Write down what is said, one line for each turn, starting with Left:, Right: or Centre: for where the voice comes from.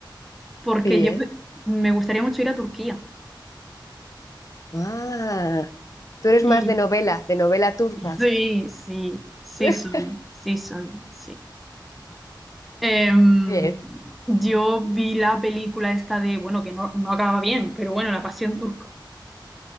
Centre: porque
Left: Sí,
Centre: yo
Left: ¿eh?
Centre: me gustaría mucho ir a Turquía.
Left: Ah, tú eres
Centre: Y
Left: más de novela, de novela turca.
Centre: sí, sí, sí
Left: <laughs>
Centre: soy, sí soy, sí. Em,
Left: Bien.
Centre: yo vi la película esta de, bueno, que no, no acaba bien, pero bueno, La Pasión Turca.